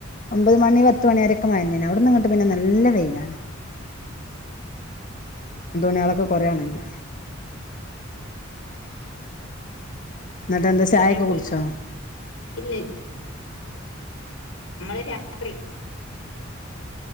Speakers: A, on the left; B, on the left.
A: ഒമ്പത് മണി പത്ത് മണി വരൊക്കെ മഴന്നെ അവിടന്ന് ഇങ്ങട്ട് പിന്നെ നല്ല വെയിലാണ് തുണിളൊക്കെ കുറേണക്കി എന്നിട്ട് എന്താ ചായൊക്കെ
B: ണങ്കിൽ
A: കുടിച്ചോ
B: ല് നമ്മള് രാത്രി